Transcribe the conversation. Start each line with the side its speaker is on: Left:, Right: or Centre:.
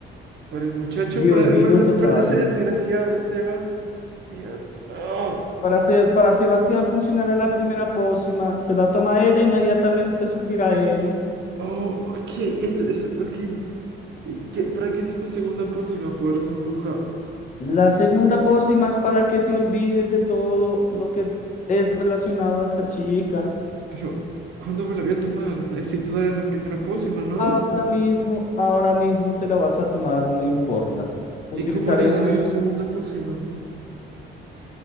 Right: Para el muchacho,
Left: de
Right: para,
Left: olvido
Right: para, el-
Left: total.
Right: para ese desgraciado de Sebas. Dios. Oh,
Left: Para, Se- para Sebastián funcionará la primera pócima, se la toma ella, inmediatamente sufrirá él.
Right: oh, ok, eso, eso, ok. ¿Y qué- para qué es esta segunda pócima, poderosa bruja?
Left: La segunda pócima es para que te olvides de todo lo que es relacionado a esta chica.
Right: Pero, ¿cuándo me la voy a tomar? Necesito darle la primera pócima, ¿no?
Left: Ahora mismo, ahora mismo te la vas a tomar, no importa. Utilizaremos
Right: ¿Y cómo le daré la segunda pócima?